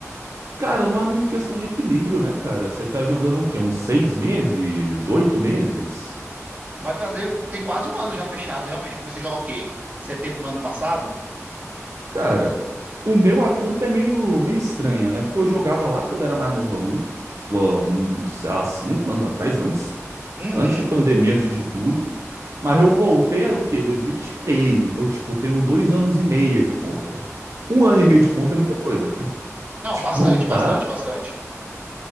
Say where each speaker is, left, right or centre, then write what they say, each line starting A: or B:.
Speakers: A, on the right (about 65°); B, on the right (about 30°).
A: Cara, não é muito questão de equilíbrio, né, cara? Você tá jogando um quê? Uns seis meses? Oito meses?
B: Vai fazer, tem quase um ano já fechado, realmente. Eu comecei a jogar o quê? Setembro do ano passado?
A: Cara, o meu a conta é meio, meio estranha, né? Porque eu jogava lá quando era mais novão, tipo, há, uns, sei lá, cinco anos atrás, antes,
B: Uhum.
A: antes de pandemia, antes de tudo. Mas eu voltei era o quê? 2023. Então, tipo, tenho dois anos e meio de conta. Um ano e meio de conta é muita coisa, cara. <laughs>
B: Não,
A: De
B: bastante,
A: contar,
B: bastante, bastante.